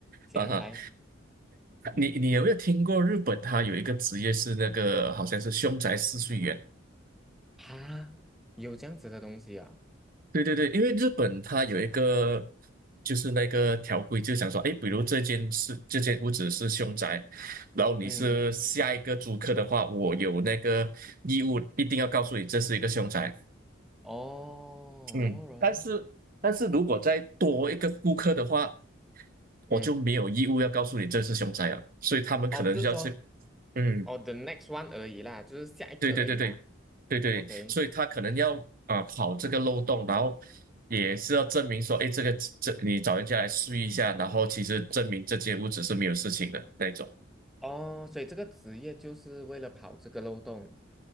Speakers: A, in the centre; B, on the right (about 45°).
A: 这样来？
B: 啊哈，你你有没有听过日本？它有一个职业是那个好像是凶宅试睡员。
A: 哈，有这样子的东西啊？
B: 对对对，因为日本它有一个就是那个条规，就想说，哎，比如这间是这间屋子是凶宅，然后你是下一个租客的话，
A: 嗯，
B: 我有那个义务一定要告诉你这是一个凶宅。
A: 哦，
B: 嗯，
A: 然后然后，
B: 但是但是如果再多一个顾客的话，我就没有义务要告诉你这是凶宅了，
A: 嗯，
B: 所以他们可能就要去，
A: 哦，就是说，
B: 嗯，
A: 哦，the next one 而已啦，就是下一个而已啦。
B: 对对对对对对，
A: OK，
B: 所以他可能要啊、跑这个漏洞，然后也是要证明说，哎，这个这你找人家来试一下，然后其实证明这间屋子是没有事情的那种，
A: 哦，所以这个职业就是为了跑这个漏洞。